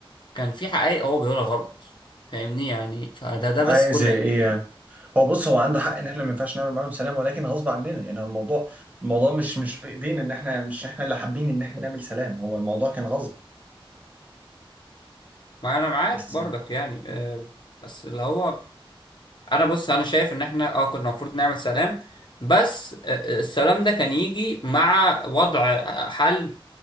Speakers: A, on the left; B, on the right.
A: كان في حقائق هو بيقولها غلط فاهمني يعني فده ده
B: عايز
A: بس كل
B: ايه
A: اللي
B: يعني هو بص هو عنده حق ان احنا ما ينفعش نعمل معاهم سلام ولكن غصب عننا يعني هو الموضوع الموضوع مش مش في ايدينا ان احنا مش احنا اللي حابين ان احنا نعمل سلام هو الموضوع كان غصب
A: ما انا معاك
B: بس
A: برضك
B: يعني.
A: يعني آه، بس اللي هو انا بص انا شايف ان احنا اه كنا المفروض نعمل سلام بس آه، آه، السلام ده كان يجي مع وضع آه، حل